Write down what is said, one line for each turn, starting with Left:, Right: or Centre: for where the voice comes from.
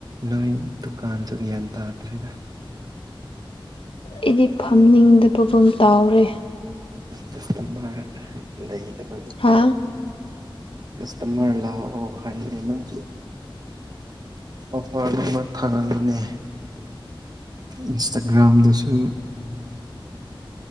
Right: ꯅꯣꯏ ꯗꯨꯀꯥꯟꯁꯨ ꯒ꯭ꯌꯥꯟ ꯇꯥꯇ꯭ꯔꯦꯗ꯫
Left: ꯑꯩꯗꯤ ꯐꯝꯅꯤꯡꯗꯕꯒꯨꯝ ꯇꯥꯎꯔꯦ꯫
Right: ꯀꯁꯇꯃꯔ ꯂꯩꯗꯕꯒꯤ꯫
Left: ꯍꯥ
Right: ꯀꯁꯇꯃꯔ ꯂꯥꯛꯑꯣ ꯍꯥꯏꯌꯣꯅꯦ ꯅꯪꯁꯨ꯫ ꯑꯣꯐꯔ ꯒꯨꯝꯕ ꯊꯥꯒꯠꯂꯣꯅꯦ ꯏꯟꯁꯇꯥꯒ꯭ꯔꯥꯝꯗꯁꯨ꯫